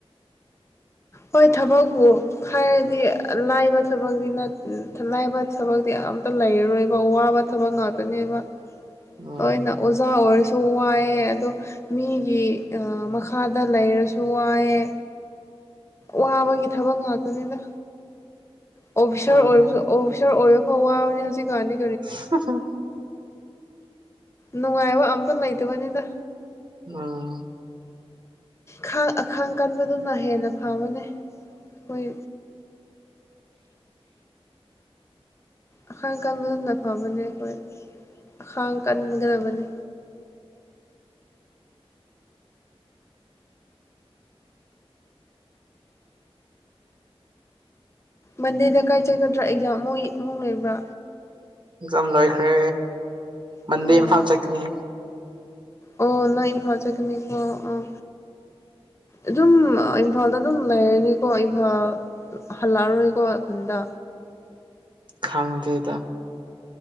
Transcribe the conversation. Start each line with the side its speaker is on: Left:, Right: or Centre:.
Left: ꯍꯣꯏ ꯊꯕꯛꯄꯨ ꯍꯥꯏꯔꯗꯤ ꯂꯥꯏꯕ ꯊꯕꯛꯇꯤ ꯅꯠ ꯂꯥꯏꯕ ꯊꯕꯛꯇꯤ ꯑꯝꯇ ꯂꯩꯔꯔꯣꯏꯀ‌ꯣ ꯋꯥꯕ ꯊꯕꯛ ꯉꯥꯛꯇꯅꯦꯕ
Right: ꯎꯝ
Left: ꯂꯣꯏꯅ ꯑꯣꯖꯥ ꯑꯣꯏꯔꯁꯨ ꯋꯥꯏꯑꯦ ꯑꯗꯣ ꯃꯤꯒꯤ ꯑꯥ ꯃꯈꯥꯗ ꯂꯩꯔꯁꯨ ꯋꯥꯏꯑꯦ ꯋꯥꯕꯒꯤ ꯊꯕꯛ ꯉꯥꯛꯇꯅꯤꯗ ꯑꯣꯐꯤꯁꯥꯔ
Right: ꯎꯝ
Left: ꯑꯣꯏꯔꯁꯨ ꯑꯣꯐꯤꯁꯥꯔ ꯑꯣꯏꯔ ꯍ‌ꯣ ꯋꯥꯕꯅ‌ꯦ ꯍꯧꯖꯤꯛ ꯀꯥꯟꯗꯤ
Right: <unintelligible>
Left: ꯅꯨꯡꯉꯥꯏꯕ ꯑꯝꯇ ꯂꯩꯇꯕꯅꯤꯗ
Right: ꯎꯝ
Left: ꯈꯥꯥꯡ ꯑꯈꯥꯡ ꯀꯟꯕꯗꯨꯅ ꯍꯦꯟꯅ ꯐꯕꯅꯦ ꯑꯩꯈꯣꯏ ꯑꯈꯥꯡ ꯀꯟꯕꯗꯨꯅ ꯐꯕꯅꯦ ꯑꯩꯈꯣꯏ ꯑꯈꯥꯡ ꯀꯟꯒꯗꯕꯅꯤ ꯃꯟꯗꯦꯗ ꯀꯥꯏ ꯆꯠꯒꯗ꯭ꯔꯥ ꯑꯦꯛꯖꯥꯝ ꯃ‌ꯣꯏ ꯑꯃꯨꯛ ꯂꯩꯕ꯭ꯔꯥ
Right: ꯑꯦꯛꯖꯝ ꯂꯣꯏꯈ꯭ꯔꯦ ꯃꯟꯗ‌ꯦ
Left: ꯑꯣ
Right: ꯏꯝꯐꯥꯜ ꯆꯠꯀꯅꯤ
Left: ꯑꯣ ꯅ‌ꯣꯏ ꯏꯝꯐꯥꯜ ꯆꯠꯀꯅꯤꯀꯣ ꯑ‌ꯣ ꯑꯗꯨꯝ ꯏꯝꯐꯥꯜꯗ ꯑꯗꯨꯝ ꯂꯩꯔꯅꯤꯀꯣ ꯏꯝꯐꯥꯜ ꯍꯜꯂꯛꯑꯔꯣꯏꯀꯣ ꯈꯨꯟꯗ
Right: ꯈꯪꯗꯦꯗ